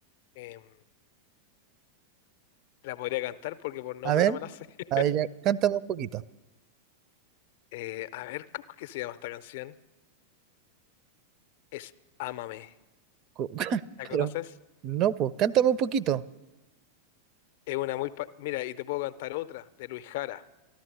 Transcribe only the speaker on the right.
A ver,
a ver, ya, cántame un poquito.
Cu- <laughs>
Pero,
no, pues, cántame un poquito.